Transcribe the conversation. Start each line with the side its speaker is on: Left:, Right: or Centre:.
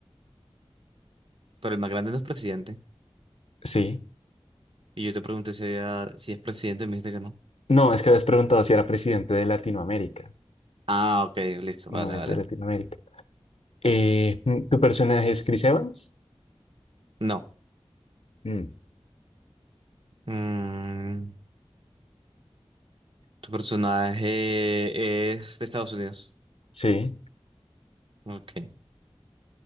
Right: Pero el más grande no es presidente.
Left: Sí.
Right: Y yo te pregunté si, había- si es presidente y me dijiste que no.
Left: No, es que habías preguntado si era presidente de Latinoamérica.
Right: Ah, ok, listo,
Left: No
Right: vale,
Left: es
Right: vale.
Left: de Latinoamérica. Eh, mm, ¿tu personaje es Chris Evans?
Right: No.
Left: Mm,
Right: Mm, tu personaje es de Estados Unidos.
Left: sí.
Right: Ok.